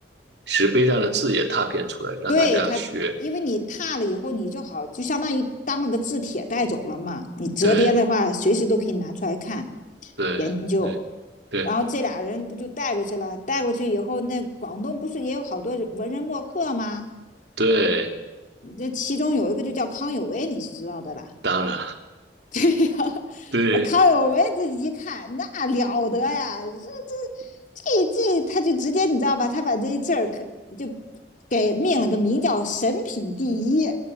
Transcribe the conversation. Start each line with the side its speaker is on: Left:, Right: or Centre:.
Right: 石碑上的字也拓片出来，让大家学。
Left: 对他，因为你拓了以后，你就好，就相当于当了个字帖带走了嘛。你折叠的话，
Right: 对
Left: 随时都可以拿出来看
Right: 对对对
Left: 研究。然后这俩人不就带过去了？带过去以后，那广东不是也有好多文人墨客吗？
Right: 对，
Left: 这其中有一个就叫康有为，你是知道的啦。
Right: 当然
Left: <laughs> 对呀、
Right: 对。
Left: 啊康有为这一看那了得呀，这这这这他就直接你知道吧？他把这一字儿可就给命了个名叫“神品第一”。